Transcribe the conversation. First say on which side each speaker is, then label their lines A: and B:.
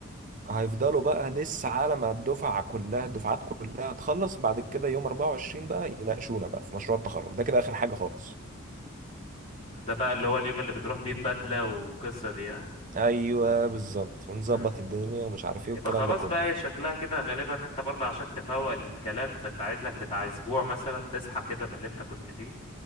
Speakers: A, on the right (about 40°); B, on the left (about 25°).
A: هيفضلوا بقى لسه على ما الدفعة كلها الدفعات كلها تخلص بعد كده يوم 24 بقى يناقشونا بقى في مشروع التخرج ده كده آخر حاجة خالص
B: ده بقى اللي هو اليوم اللي بتروح بيه ببدلة والقصة دي ها
A: ايوه بالظبط ونظبط
B: مم.
A: الدنيا ومش عارف ايه
B: يبقى
A: والكلام
B: خلاص
A: ده كله
B: بقى هي شكلها كده غالبا ان انت برضه عشان تفوق الكلام فانت عايز لك بتاع اسبوع مثلا تصحى كده من اللي انت كنت فيه